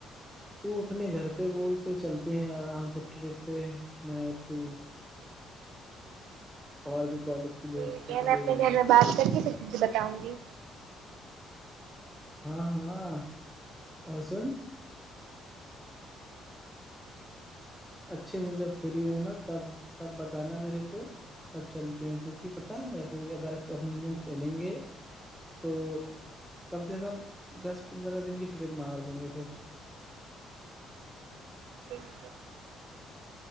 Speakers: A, in the centre; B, on the right (about 80°).
A: تو اپنے گھر پہ بول پھر چلتے ہیں آرام سے ٹرپ پہ میں تو اور بھی کالج کے دوستوں
B: ٹھیک ہے
A: کو
B: میں
A: لے
B: اپنے
A: لیں
B: گھر
A: گے
B: میں بات کر کے پھر تجھے بتاؤں گی
A: ہاں ہاں اور سن اچھے سے جب فری ہو نا تب تب بتانا میرے کو تب چلتے ہیں کیونکہ پتہ ہے یا پھر اگر تو ہم لوگ چلیں گے تو کم سے کم دس پندرہ دن کی ٹرپ مار دیں گے پھر
B: <unintelligible>